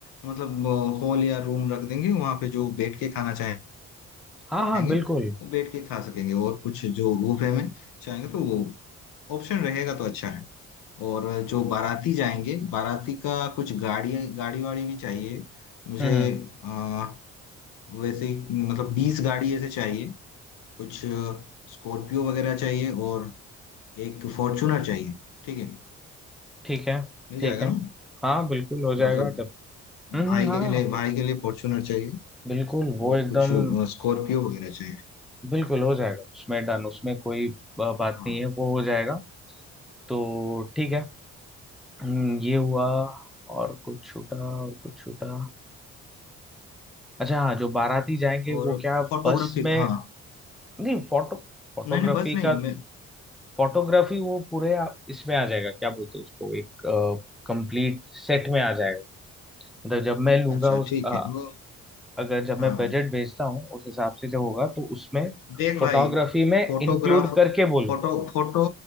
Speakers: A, on the left (about 65°); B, in the centre.
A: मतलब हॉल या रूम रख देंगे वहां पे जो बैठ के खाना चाहे
B: हाँ हाँ
A: खाएंगे
B: बिल्कुल
A: वो बैठ के खा सकेंगे और कुछ जो बुफे में चाहेंगे तो वो ऑप्शन रहेगा तो अच्छा है और जो बाराती जाएंगे बाराती का कुछ गाड़ी गाड़ी वाड़ी भी चाहिए मुझे
B: हम्म हम्म,
A: आ, वैसे ही मतलब बीस गाड़ी ऐसे चाहिए कुछ स्कॉर्पियो वगैरह चाहिए और एक फॉर्चूनर चाहिए ठीक है
B: ठीक है
A: मिल
B: ठीक
A: जाएगा
B: है
A: ना
B: हाँ बिल्कुल हो जाएगा
A: मतलब
B: डब- हम्म
A: भाई
B: हम्म, हाँ
A: के लिए भाई के लिए फॉर्चूनर चाहिए
B: बिल्कुल वो
A: और
B: एकदम
A: कुछ स्कॉर्पियो वगैरह चाहिए
B: बिल्कुल हो जाएगा उसमें डन उसमें कोई ब- बात
A: हाँ
B: नहीं है वो हो जाएगा तो ठीक है हम्म, ये हुआ और कुछ छूटा और कुछ छूटा अच्छा हाँ जो बाराती जाएंगे
A: और
B: वो क्या
A: फोटोग्राफी
B: बस में
A: हाँ
B: नहीं फोटो फोटोग्राफी
A: नहीं नहीं बस नहीं
B: का
A: मैं
B: फोटोग्राफी वो पूरे आ- इसमें आ जाएगा क्या बोलते हैं उसको एक कंप्लीट सेट में आ जाएगा मतलब जब मैं लूंगा
A: अच्छा
B: उस
A: ठीक
B: अ,
A: है वो
B: अगर जब मैं
A: हाँ
B: बजट भेजता हूँ उस हिसाब से जो होगा तो उसमें
A: देख
B: फोटोग्राफी
A: भाई
B: में
A: फोटोग्राफ
B: इंक्लूड करके बोलूंगा
A: फोटो फोटो